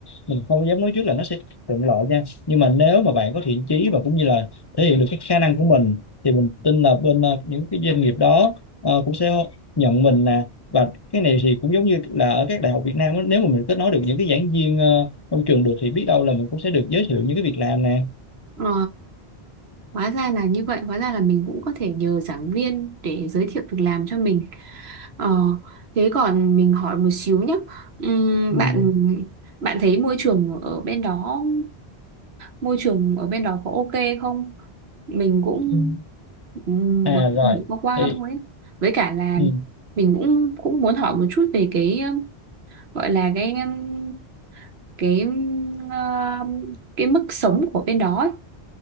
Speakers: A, on the left (about 30°); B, on the right (about 75°).
A: mình không dám nói trước là nó sẽ thuận lợi nha nhưng mà nếu mà bạn có thiện chí và cũng như là thể hiện được cái khả năng của mình thì mình tin là bên ờ, những cái doanh nghiệp đó ờ, cũng sẽ nhận mình nè và cái này thì cũng giống như là ở các đại học Việt Nam á, nếu mà mình kết nối được những cái giảng viên ờ, trong trường được thì biết đâu là mình cũng sẽ được giới thiệu những cái việc làm nè
B: À, hóa ra là như vậy, hóa ra là mình cũng có thể nhờ giảng viên để giới thiệu việc làm cho mình. Ờ, thế còn mình hỏi một xíu nhé. Ừm,
A: ừ.
B: bạn bạn thấy môi trường ở bên đó môi trường ở bên đó có ok không? Mình cũng
A: Ừ.
B: ừm,
A: à
B: mới
A: rồi
B: được qua qua
A: thì
B: thôi. á. Với cả là
A: ừ.
B: mình cũng cũng muốn hỏi một chút về cái um, gọi là cái um, cái um, ờ, cái mức sống của bên đó ấy.